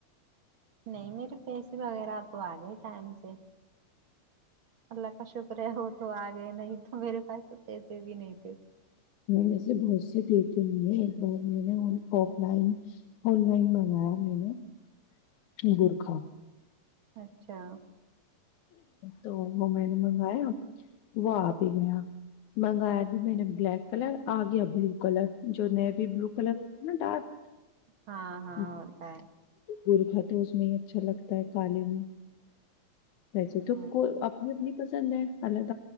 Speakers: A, on the right; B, on the left.
A: نہیں میرے پیسے وغیرہ تو آ گئے ٹائم سے اللہ کا شکریہ ہو تو آگے ن میرری پس پیسے بھی نہیں تھ
B: ویسے بہت سے دیتے نہیں ہیں ایک بار میں نے آف لائن آن لائن منگایا میں نے برکھا
A: اچھا
B: تو وہ میں نے منگایا وہ آ بھی ہی گیا منگایا تو میں نے بلیک کلر آ گیا بلو کلر جو نیوی بلو کلر ہوتے نا ڈارک
A: ہاں ہاں ہوتا ہے
B: برکھا تو اس میں ہی اچھا لگتا ہے کالے میں ویسے تو
A: ہ
B: کو اپنی اپنی پسند ہے حالگ